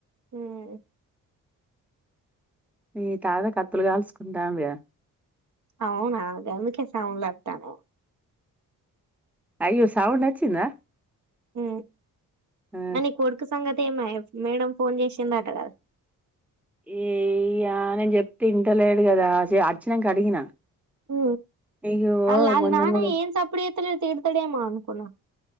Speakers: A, on the right; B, in the centre.
A: హుమ్
B: మీ తాత కత్తులు కాల్సుకుంటాండుగా
A: అవునా గవెట్లా టౌన్లత్తానేమో
B: అయ్యో సౌండ్ వచ్చిందా
A: హు
B: ఆ
A: మనీ కొడుకు సంగతేమాయె మేడం ఫోన్ చేసిందట కదా
B: ఏ ఇయ నేను చెప్తే వింటలేడు కదా అచ్చినంక అడిగిన
A: హు
B: నీకు
A: ఆళ్ల ఆళ్ల
B: కొంచెం
A: నాన్న
B: కూడా
A: ఏం సప్పుడు చేస్తలేడు తిడతాడేమా అనుకున్నా